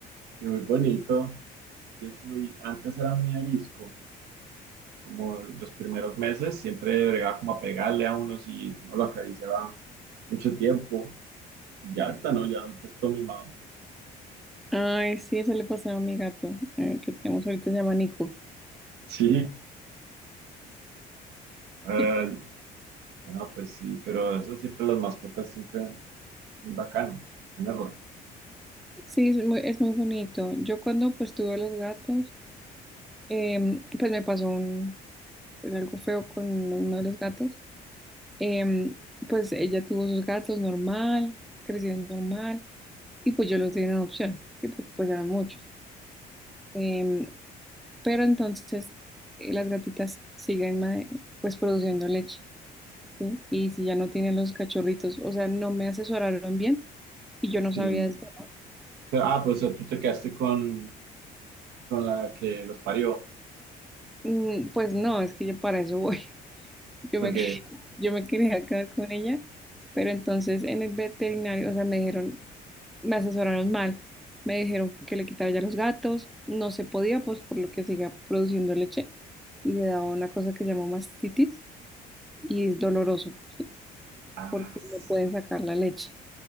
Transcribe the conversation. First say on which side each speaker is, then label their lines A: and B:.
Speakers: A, on the right (about 80°); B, in the centre.
A: y muy bonito. Yo soy, antes era muy arisco como los primeros meses, siempre bregaba como a pegarle a uno si no lo acariciaba mucho tiempo. Ya ahorita no, ya pues todo mimado.
B: Ay, sí, eso le pasaba a mi gato, eh, que tenemos ahorita, se llama Nico.
A: Sí, ay,
B: <laughs>
A: no, pues sí, pero eso siempre las mascotas siempre es bacano, tenerla.
B: Sí, es muy, es muy bonito. Yo cuando pues tuve los gatos, em, pues me pasó un, pues algo feo con uno de los gatos. Em, pues ella tuvo sus gatos normal, crecieron normal, y pues yo los di en adopción, sí, porque pues eran muchos. Em, pero entonces eh, las gatitas siguen ma- pues produciendo leche. ¿sí? Y si ya no tienen los cachorritos, o sea, no me asesoraron bien y yo
A: Sí.
B: no sabía del tema.
A: Pero, ah, pues tú te quedaste con, con la que los parió,
B: Mm, Pues no, es que yo para eso voy. <laughs> Yo
A: porque,
B: me, quería- yo me quería quedar con ella, pero entonces en el veterinario, o sea, me dijeron, me asesoraron mal. Me dijeron que le quitara ya los gatos, no se podía, pues por lo que seguía produciendo leche y le daba una cosa que se llama mastitis y es doloroso, ¿sí?
A: ah,
B: Porque
A: s-
B: no pueden sacar la leche.